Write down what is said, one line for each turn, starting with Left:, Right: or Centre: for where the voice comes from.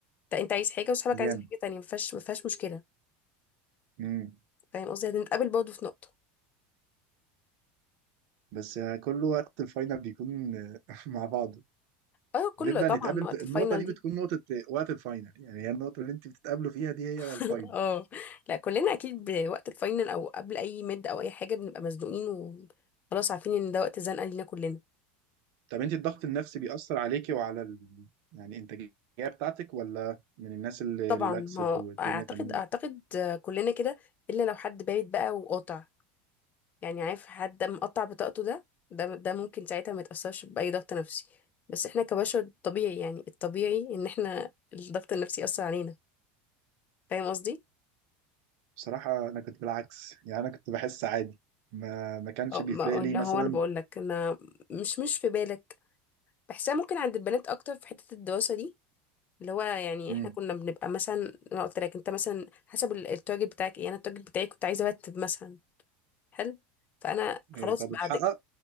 Left: انت انت عايز حاجة وصحابك
Right: جامد.
Left: عايزين حاجة تانية مفيهاش مفيهاش مشكلة
Right: امم
Left: فاهم قصدي هنتقابل برضه في نقطة
Right: بس آه، كل وقت الفاينل بيكون آه، <laughs> مع بعضه
Left: اه كله
Right: نبدأ
Left: طبعا
Right: نتقابل
Left: وقت
Right: في
Left: الفاينل
Right: النقطة دي
Left: دي
Right: بتكون نقطة آه، وقت الفاينل يعني هي النقطة اللي انت بتتقابلوا فيها دي هي
Left: <laughs>
Right: الفاينل
Left: اه لا كلنا اكيد بوقت الفاينل او قبل اي مد او اي حاجه بنبقى مزنوقين وخلاص عارفين ان ده وقت زنقه لينا كلنا
Right: طب انت الضغط النفسي بيأثر عليكي وعلى ال... يعني الإنتاجية بتاعتك ولا من الناس اللي
Left: طبعا
Right: ريلاكسد
Left: ما
Right: والدنيا
Left: اعتقد
Right: تمام
Left: اعتقد كلنا كده الا لو حد بارد بقى وقاطع يعني عارف حد مقطع بطاقته ده ده ده ممكن ساعتها ما يتأثرش بأي ضغط نفسي بس احنا كبشر طبيعي يعني الطبيعي ان احنا الضغط النفسي يأثر علينا فاهم قصدي؟
Right: بصراحة أنا كنت بالعكس يعني أنا كنت بحس عادي ما ما كانش
Left: اه
Right: بيفرق
Left: ما-
Right: لي
Left: اللي
Right: مثلا
Left: هو انا بقول لك انا مش مش في بالك بحسها ممكن عند البنات اكتر في حتة الدراسة دي اللي هو يعني
Right: امم
Left: احنا كنا بنبقى مثلا انا قلت لك انت مثلا حسب ال- التارجت بتاعك ايه انا التارجت بتاعي كنت عايزه ارتب مثلا حلو فانا خلاص
Right: إيه، طب
Left: بعد
Right: اتحقق